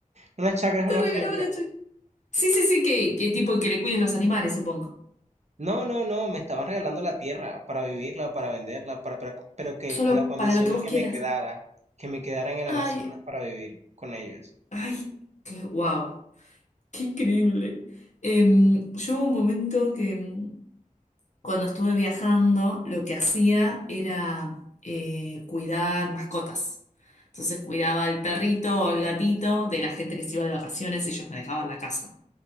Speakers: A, on the right; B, on the left.
A: Una chacra es
B: Te
A: una
B: regalaba
A: finca.
B: la chacra. Sí, sí, sí, que, que tipo que le cuides los animales, supongo.
A: No, no, no, me estaban regalando la tierra para vivirla, para venderla, para, pero, pero que
B: Solo
A: con la condición
B: para lo que
A: de
B: vos
A: que
B: quieras.
A: me quedara, que me quedara en el
B: Ay,
A: Amazonas para vivir con ellos.
B: Ay, qué wow, qué increíble. Em, yo hubo un momento que em, cuando estuve viajando, lo que hacía era eh, cuidar mascotas. Entonces cuidaba al perrito o el gatito de la gente que se iba de vacaciones y ellos me dejaban la casa.